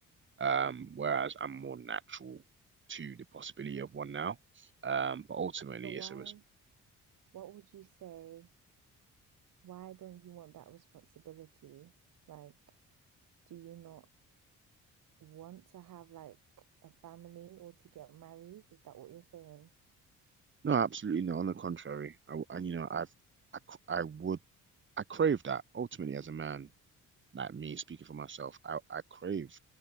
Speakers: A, on the right; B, on the right.
A: Um, whereas I'm more natural to the possibility of one now. Um, but ultimately
B: So why,
A: it's a res
B: what would you say? why don't you want that responsibility? Like, do you not want to have like a family or to get married? Is that what you're saying?
A: no, absolutely not. On the contrary, I, and you know I've I, I would I crave that ultimately as a man like me speaking for myself, I I crave